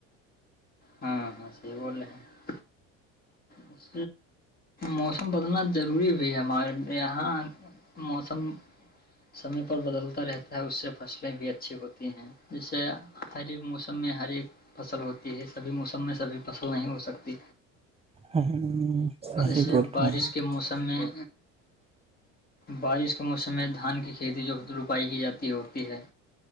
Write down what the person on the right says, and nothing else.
ہاں صحیح
بول
رہے ہیں